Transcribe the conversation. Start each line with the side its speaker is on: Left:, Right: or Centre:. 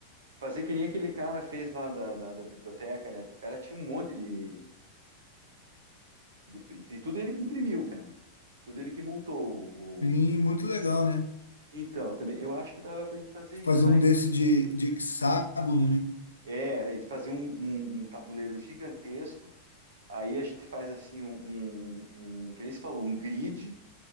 Right: Fazer que nem aquele cara fez lá da, da, da biblioteca, né? Que o cara tinha um monte de, de, de tudo ele que imprimiu, cara. Tudo ele que montou o.
Left: E
Right: o-
Left: muito legal, né?
Right: Então, também eu acho que dava pra gente fazer isso
Left: Fazer um
Right: aí.
Left: desse de, de hexágono, né?
Right: É, a gente fazer um, um, um tabuleiro gigantesco. Aí a gente faz assim um, um, um, que nem se falou, um grid